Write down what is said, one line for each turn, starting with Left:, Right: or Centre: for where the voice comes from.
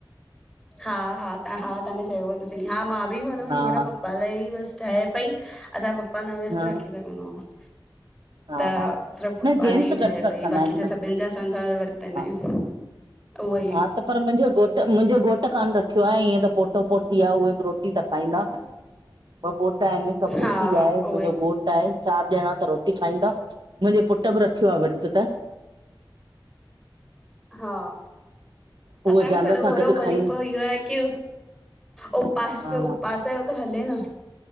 Centre: हा हा त हा तव्हांने चयु त सही हा मां बि भर
Right: हा
Centre: हींअर पप्पा लाइ ई बस ठाहे पई असांजो पप्पा न विर्त
Right: हा
Centre: रखी सघंदो आ।
Right: हा
Centre: त सिर्फ़ पप्पा
Right: न जेंट्स
Centre: लाइ
Right: घटि
Centre: ठहे
Right: रखंदा
Centre: पई बाक़ी
Right: आहिनि
Centre: त
Right: न
Centre: सभिनि जा असांजा विर्त आहिन।
Right: हा।
Centre: उहो ई
Right: हा त पर मुंहिंजो घोट मुंहिंजो घोट त कान रखियो आ ईएं त पोट्रो, पोट्री आ उहे बि रोटी त खाईंदा न। ॿ पोट्रा आहिनि हिक पोट्री
Centre: हा
Right: आ हिक
Centre: उहो
Right: मुंहिंजो
Centre: ई
Right: घोटु चार ॼणा त रोटी खाईंदा, मुंहिंजे पुट्र बि रखियो आ विर्तु त।
Centre: हा
Right: उहो
Centre: असांये
Right: ज़ाल
Centre: में सॼो
Right: सां
Centre: हुयो
Right: गॾु खाईंदो
Centre: वरी पो इहो आहे कि ओ पास
Right: हा।
Centre: उपवास यो त हले न।